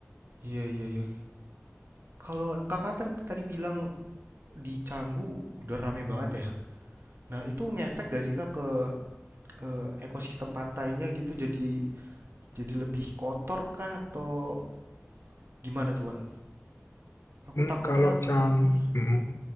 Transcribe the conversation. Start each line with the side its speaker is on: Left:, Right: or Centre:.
Right: Iya, iya, iya. Kalau Kakak kan tadi bilang di Canggu udah rame banget ya? Nah, itu ngefek gak sih Kak ke eh, ekosistem pantainya gitu jadi jadi lebih kotor kah atau gimana tuh Kak? Aku
Left: Hmm,
Right: takutnya
Left: kalau Chang,
Right: ke sana,
Left: hmm, hmm,